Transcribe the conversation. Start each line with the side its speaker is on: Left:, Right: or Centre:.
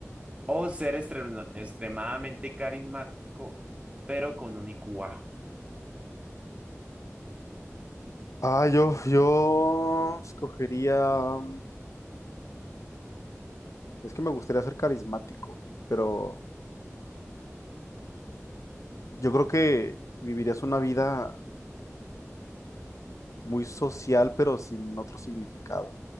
Right: O ser extrema- extremadamente carismático, pero con un IQ bajo.
Left: Ah, yo, yo escogería. mm, Es que me gustaría ser carismático, pero yo creo que vivirías una vida muy social, pero sin otro significado.